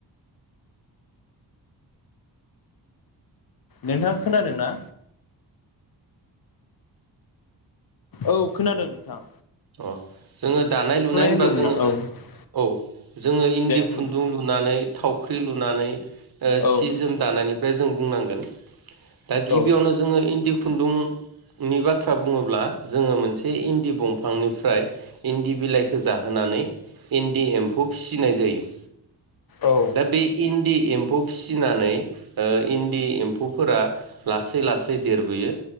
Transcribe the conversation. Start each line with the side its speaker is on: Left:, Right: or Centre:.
Left: नोंथाङा खोनादों ना? औ खोनादों नोंथां।
Right: अह। जोङो दानाय लुनाय होनबा
Left: होनदोंमोन
Right: जोङो
Left: ना? औ
Right: औ जोङो इन्दि
Left: दे होनदो
Right: खुन्दुं लुनानै थावख्रि लुनानै
Left: औ
Right: सि जोम दानायनिफ्राय जों बुंनांगोन। दा गिबियावनो
Left: औ
Right: जोङो इन्दि खुन्दुंनि बाथ्रा बुङोब्ला जोङो मोनसे इन्दि बंफ फांनिफ्राय इन्दि बिलाइखौ जाहोनानै इन्दि एम्फौ फिसिनाय जायो।
Left: औ
Right: दा बे इन्द इन्दि एम्फौ फिसिनानै इन्दि एम्फौफोरा लासै लासै देरबोयो।